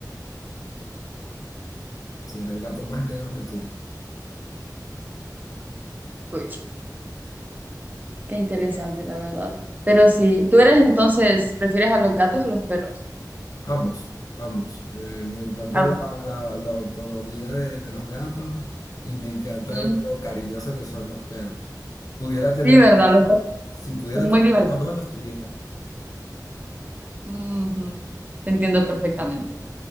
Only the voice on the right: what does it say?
Pucha, qué interesante, la verdad. Pero sí, tú eres entonces, ¿prefieres a los gatos o los perros?
Ambos.
Mm,
Sí, ¿verdad? Los gatos
son
muy divertidos.
Ujú, Te entiendo perfectamente.